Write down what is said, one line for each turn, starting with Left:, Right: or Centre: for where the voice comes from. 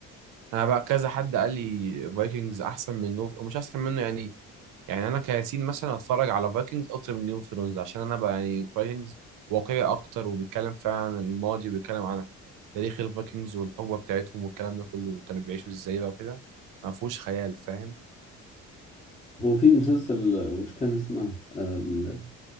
Right: انا بقى كذا حد قال لي فايكنجز احسن من جوف او مش احسن منه يعني يعني انا كياسين مثلا اتفرج على فايكنجز اكتر من جيم اوف ثرونز عشان انا بقى يعني فايكنجز واقعي اكتر وبيتكلم فعلا عن الماضي وبيتكلم عن تاريخ الفايكنجز والحقبه بتاعتهم والكلام ده كله وكانوا بيعيشوا ازاي بقى وكده ما فيهوش خيال فاهم
Left: هو في مسلسل وش كان اسمه آه، ال-